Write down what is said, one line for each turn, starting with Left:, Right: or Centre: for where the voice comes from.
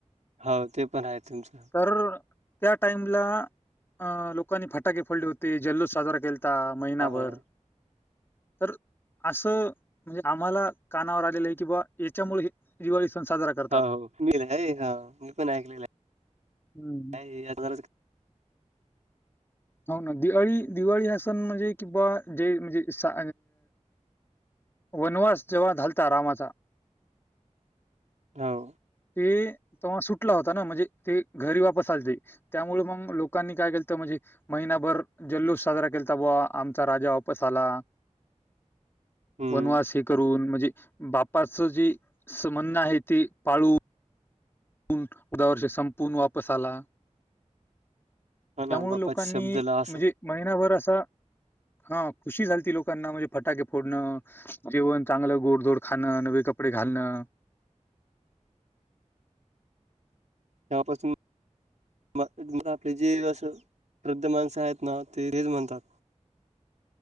Right: हो ते पण आहे तुमच.
Left: तर त्या टाइमला अ लोकांनी फटाके फोडले होते जल्लोष केला. साजरा खेलता महिनाभर.
Right: हो, <inaudible>
Left: तर. असं म्हणजे आम्हाला कानावर आलेलं आहे कि बावा याच्यामुळे दिवाळी सण साजरा. करतात.
Right: अ मी पण हा मी पण ऐकलेलं
Left: हम्म.
Right: हाय काय अर्जार्‍याच.
Left: हो ना दिवाळी दिवाळी हासन म्हणजे किंवा जे म्हणजे सा वनवास जेव्हा घालता रामाचा
Right: हो
Left: ते तेव्हा सुटला होता ना म्हणजे ते घरी वापस लते त्यामुळे मग लोकांनी काय केलं तर म्हणजे महिनाभर जल्लोष साजरा केलाता बवा आमचा राजा वापस आला
Right: हम्म.
Left: वनवास हे करून म्हणजे बापाच जी समन्न आहे ती पाळ ्या वर्ष संपून वापस आला
Right: हो ना
Left: त्यामुं
Right: बाप्पाच्या
Left: लोकांनी
Right: शब्दला असं
Left: म्हणजे महिनाभर असा हा खुशी झाल त लोकांना म्हणजे फटाके फोडणं जेवण चांगलं गोडधोड खाणं नवे कपडे घालणं
Right: शापस म म मला आपले जे असं वृद्ध माणसं आहेत ना ते रेज म्हणतात